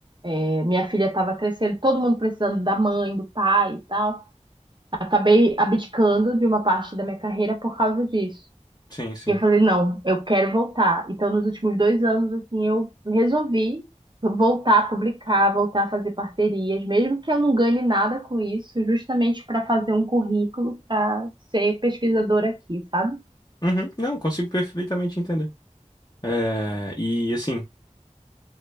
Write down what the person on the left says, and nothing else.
Sim, sim.
Uhum. Não, consigo perfeitamente entender. É, e assim.